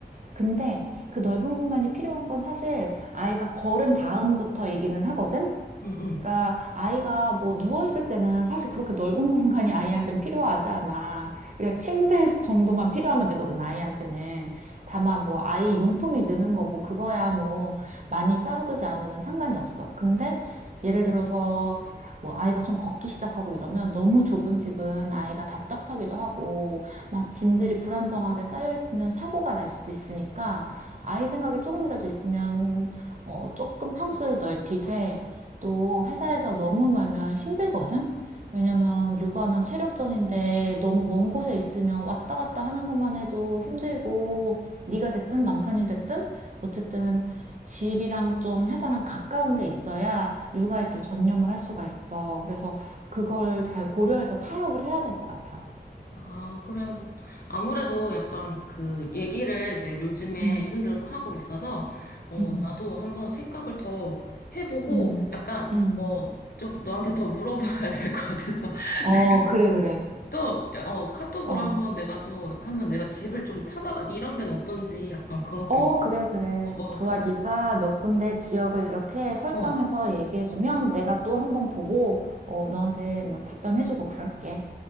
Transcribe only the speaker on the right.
근데 그 넓은 공간이 필요한 건 사실 아이가 걸은 다음부터이기는 하거든?
그러니까 아이가 뭐 누워 있을 때는 사실 그렇게 넓은 <laughs> 공간이 아이한테는 필요하지 않아. 그냥 침대 정도만 필요하면 되거든, 아이한테는. 다만 뭐 아이 용품이 느는 거고 그거야 뭐 많이 쌓아두지 않으면 상관이 없어. 근데 예를 들어서 뭐 아이가 좀 걷기 시작하고 이러면 너무 좁은 집은 아이가 답답하기도 하고 막 짐들이 불안정하게 쌓여 있으면 사고가 날 수도 있으니까 아이 생각이 조금이라도 있으면 어 조금 평수를 넓히되 또 회사에서 너무 멀면 힘들거든? 왜냐면 육아는 체력전인데 너무 먼 곳에 있으면 왔다 갔다 하는 것만 해도 힘들고 네가 됐든 남편이 됐든 어쨌든 집이랑 좀 회사랑 가까운 데 있어야 육아에 또 전념을 할 수가 있어. 그래서 그걸 잘 고려해서 타협을 해야 될 것 같아.
응,
응, 응,
응,
응.
어,
그래, 그래.
어.
어, 그래, 그래.
좋아.
네가 몇 군데 지역을 이렇게 설정해서
얘기해주면 내가 또 한번 보고, 어, 너한테 뭐 답변해주고 그럴게.